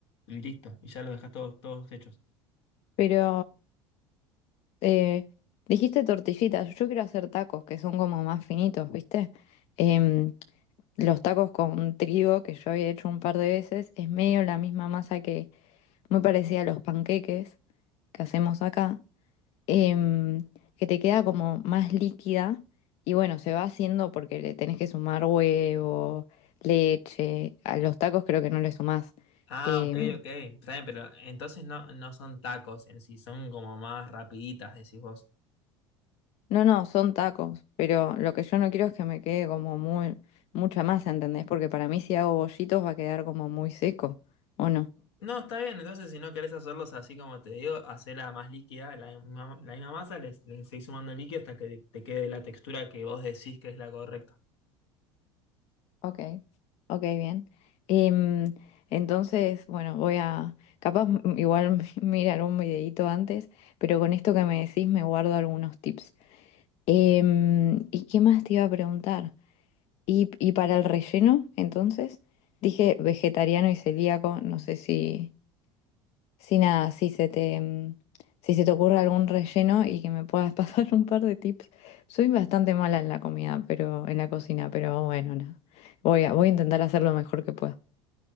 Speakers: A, on the left; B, on the left.
A: y listo. Y ya lo dejas todos, todos hechos.
B: Pero eh, dijiste tortillitas. Yo quiero hacer tacos que son como más finitos, ¿viste? Em, los tacos con trigo, que yo había hecho un par de veces, es medio la misma masa que, muy parecida a los panqueques que hacemos acá. em, que te queda como más líquida y bueno, se va haciendo porque le tenés que sumar huevo, leche, a los tacos creo que no le sumás.
A: Ah,
B: em,
A: ok, ok. Está bien, pero entonces no, no son tacos en sí, son como más rapiditas, decís vos.
B: no, no, son tacos, pero lo que yo no quiero es que me quede como muy, mucha masa, ¿entendés? Porque para mí si hago bollitos va a quedar como muy seco, ¿o no?
A: No, está bien, entonces si no querés hacerlos así como te digo, hacela más líquida, la misma, la misma masa, les, les seguís sumando líquido hasta que te quede la textura que vos decís que es la correcta.
B: Ok, ok, bien. Em, entonces, bueno, voy a, capaz mm, igual <laughs> mira algún videito antes, pero con esto que me decís me guardo algunos tips. Em, ¿y qué más te iba a preguntar? ¿Y, y para el relleno, entonces? Dije vegetariano y celíaco, no sé si, si nada, si se te, em, si se te ocurre algún relleno y que me puedas <laughs> pasar un par de tips. Soy bastante mala en la comida, pero en la cocina, pero bueno, nada. Voy a, voy a intentar hacer lo mejor que pueda.